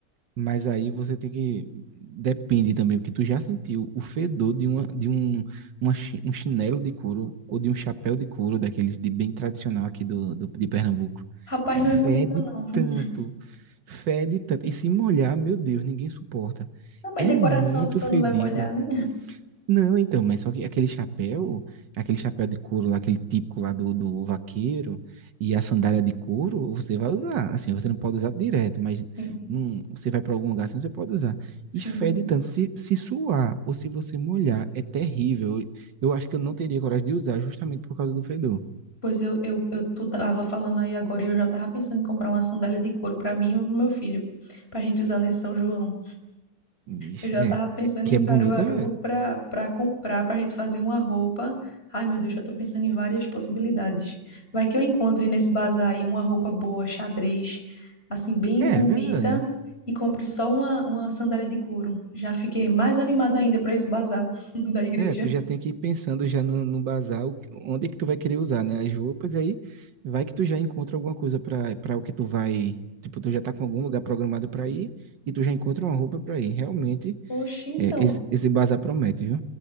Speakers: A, on the right; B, on the left.
A: Mas aí você tem que. Depende também, porque tu já sentiu o fedor de, uma, de um, uma chi- um chinelo de couro ou de um chapéu de couro, daqueles de bem tradicional aqui do, do- de Pernambuco.
B: Rapaz,
A: Fede
B: não é muito bom não, viu?
A: tanto, fede tanto. E se molhar, meu Deus, ninguém suporta.
B: Não, mas
A: É
B: decoração
A: muito
B: a pessoa
A: fedido.
B: não vai molhar, né?
A: Não, então, mas só que aquele chapéu, aquele chapéu de couro lá, aquele típico lá do, do vaqueiro, e a sandália de couro, você vai usar. Assim, você não pode usar direto, mas
B: Sim,
A: não, você vai para algum lugar assim, você pode usar.
B: sim,
A: E fede
B: sim.
A: tanto. Se, se suar ou se você molhar, é terrível. Eu, eu acho que eu não teria coragem de usar justamente por causa do fedor.
B: Pois eu, eu, eu tu tava falando aí agora e eu já tava pensando em comprar uma sandália de couro pra mim e pro meu filho, pra gente usar nesse São João.
A: Vixe,
B: Eu já
A: é.
B: tava pensando
A: É- Que
B: em
A: é bonito,
B: Caruaru
A: é.
B: para para comprar, para a gente fazer uma roupa. Ai, meu Deus, já tô pensando em várias possibilidades. Vai que eu encontre nesse bazar aí uma roupa boa, xadrez, assim, bem
A: É,
B: bonita,
A: é verdade.
B: e compre só uma, uma sandália de couro. Já fiquei mais animada ainda para esse bazar <laughs> da igreja.
A: É, tu já tem que ir pensando já no, no bazar, o- onde é que tu vai querer usar, né? As roupas, e aí vai que tu já encontra alguma coisa para para o que tu vai. Tipo, tu já tá com algum lugar programado para ir e tu já encontra uma roupa para ir. Realmente,
B: Oxi, então.
A: é, esse, esse bazar promete, viu?